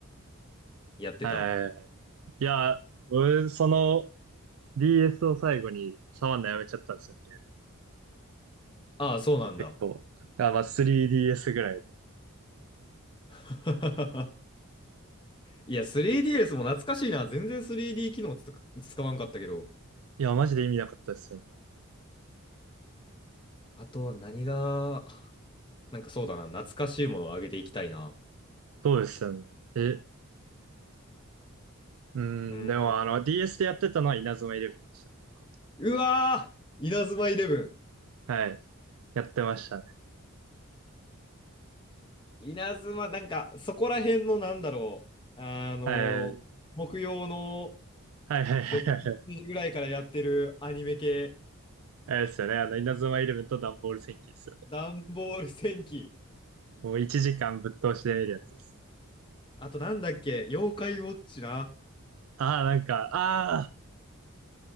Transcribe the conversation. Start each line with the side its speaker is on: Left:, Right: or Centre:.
Left: やってた。
Right: はいはいはい。いや、俺、その DS を最後に触んのやめちゃったんですよね、ゲーム。
Left: ああ、そうなんだ。
Right: 結構。あ、まあ 3DS ぐらいで。
Left: <laughs> いや、3DS も懐かしいな。全然 3D 機能つか使わんかったけど。
Right: いや、マジで意味なかったですよね、あれ。
Left: あとは何が、なんかそうだな。懐かしいものをあげていきたいな。
Right: そうですよね。え、うん、
Left: うん。
Right: でもあの DS でやってたのは稲妻イレブンでしたね、僕は。
Left: うわー稲妻イレブン。
Right: はい。やってましたね。
Left: 稲妻、なんか、そこら辺のなんだろう。あの
Right: はい。
Left: ー木曜の
Right: はいはいはいはい。
Left: 6時ぐらいからやってるアニメ系、
Right: あれですよね、あの稲妻イレブンとダンボール戦記ですよね。
Left: ダンボール戦記。
Right: もう1時間ぶっ通しで見るやつですね。
Left: あとなんだっけ、妖怪ウォッチな。
Right: ああ、なんか、ああ、